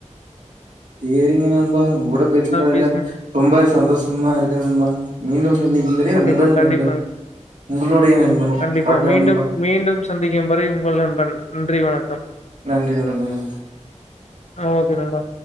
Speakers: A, on the right (about 75°); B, on the left (about 60°).
A: சேரிங்க நண்பா உங்க கூட பேச்சுனதுல
B: பேசுங்க
A: ரொம்ப சந்தோசமா இருக்கு நண்பா மீண்டும் சந்திக்கும் வரை
B: கண்டிப்பா
A: உங்கள்
B: கண்டிப்பாங்
A: நண்பன், உங்களுடைய நண்பன்.
B: கண்டிப்பா
A: பாக்கலாம்
B: மீண்டும்
A: நண்பா.
B: மீண்டும் சந்திக்கும் வரை உங்கள் நண்பன் நன்றி வணக்கம்
A: நன்றி, வணக்கம் நண்
B: ஓ <unintelligible> நண்பா